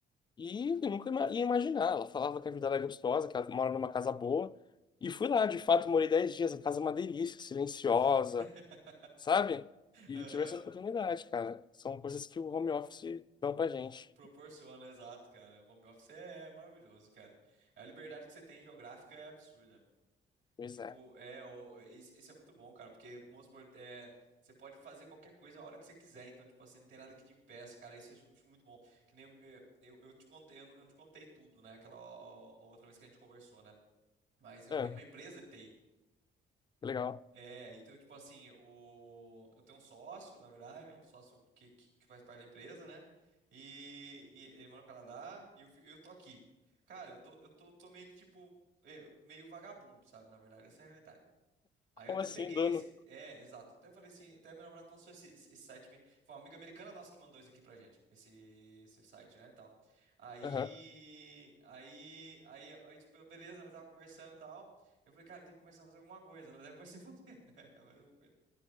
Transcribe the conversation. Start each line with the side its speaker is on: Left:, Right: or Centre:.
Left: E eu nunca ima- ia imaginar. Ela falava que a vida era gostosa, que ela mora numa casa boa. E fui lá, de fato, morei 10 dias. A casa é uma delícia, silenciosa,
Right: <laughs>
Left: sabe? E
Right: Aham.
Left: tive essa oportunidade, cara. São coisas que o home office dão pra gente.
Right: Proporciona, exato, cara. O home office é maravilhoso, cara. A liberdade que você tem geográfica é absurda.
Left: Pois
Right: Tipo,
Left: é.
Right: é, o- isso, isso é muito bom, cara, porque, vamos supor, é, você pode fazer qualquer coisa a hora que você quiser, então, tipo assim, não tem nada que te impeça, cara, isso eu acho, acho muito bom. Que nem, é, eu, eu te contei, eu não, eu não te contei tudo, né, aquela ó, ó, outra vez que a gente conversou, né, mas eu
Left: Ah,
Right: tenho uma empresa de TI.
Left: legal.
Right: É, então, tipo assim, o, eu tenho um sócio, na verdade, um sócio que, que, que faz parte da empresa, né, e, e ele mora no Canadá, e eu, fi- eu tô aqui. Cara, eu tô, eu tô, tô meio que, tipo, é, meio vagabundo, sabe, na verdade, essa é a realidade. Aí
Left: Como
Right: eu até
Left: assim,
Right: peguei
Left: dono?
Right: esse. É, exato. Até falei assim, até minha namorada passou esse, esse- esse site. pra mim. Foi uma amiga americana nossa que mandou isso aqui pra gente. Esse, esse site, né? e Tal. Aí.
Left: Aham.
Right: Aí. Aí, aí, tipo, eu, beleza, ela tava conversando e tal. Eu falei, cara, tem que começar a fazer alguma coisa. Ela daí comecei a fazer. <laughs> Mais uma coisa.